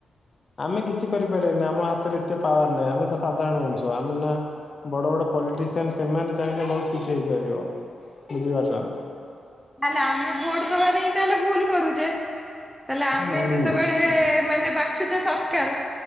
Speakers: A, on the left; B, in the centre.
A: ଆମେ କିଛି କରିପାରିବନି ଆମ ହାତରେ ଏତେ ପାୱାର ନାହିଁ ଆମେ ତ ସାଧାରଣ ମଣିଷ, ଆମେ ନା ବଡ ବଡ ପଲିଟିସିଆନ ସେମାନେ ଚାହିଁଲେ ବହୁତ କିଛି ହେଇପାରିବ, ବୁଝିପାରୁଛନ୍ତି
B: ତାହେଲେ ଆମେ ଭୋଟ ଦବା ନେଇ ତାହେଲେ ଭୁଲ କରୁଛେ, ତାହେଲେ ଆମେ
A: ଉଁ
B: ଯେତେବେଳେ ମାନେ ବା ବାଛୁଚେ, ସରକାର